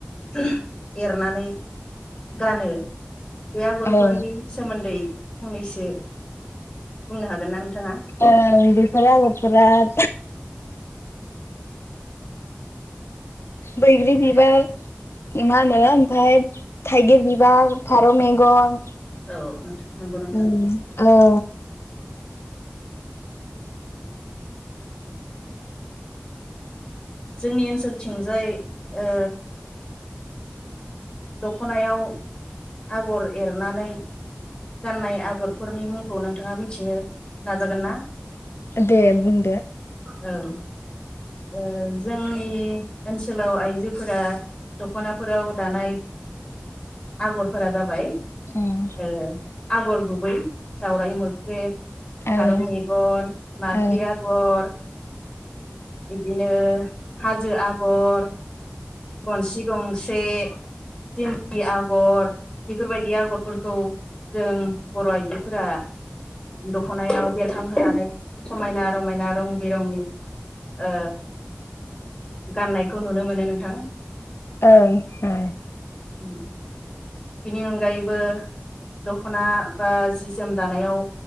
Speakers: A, on the left (about 25°); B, on the left (about 90°).
A: उह एरनानै गानो। बे आगरफोरनि
B: औ
A: सोमोन्दै फंनैसो बुंनो हागोन ना नोंथाङा?
B: ओं बिफोर आगरफोरा <inaudible> बैग्रि बिबार मा होनो ओमफाय थाइगिर बिबार, फारौ मेगन
A: औ नोंथां नंगौ नोंथां
B: उम औ
A: जोंनि ओनसोलथिंजाय ओ दख्नायाव आगर एरनानै गाननाय आगरफोरनि मुंखौ नोंथाङा मिथिनो नाजागोन ना?
B: दे बुंदो।
A: औ ओ जोंनि ओनसोलाव आइजोफोरा दख'नाफोराव दानाय आगरफोरा जाबाय
B: उम
A: ओ आगर गुबै दावराइ मोख्रेब, फारौ
B: ओं
A: मेगन, माख्रि
B: ओं
A: आगर, बिदिनो हाजो आगर गनसि गं बे दिन्दि आगर बेफोरबायदि आगरफोरखौ जों बर' आइजोफोरा दखनायाव बेरखांहोनानै समायना रमायना रं बिरंनि ओ गाननायखौ नुनो मोनो नोंथां।
B: ओं ओ
A: बेनि अनगायैबो दख्ना बा जि जोम दानायाव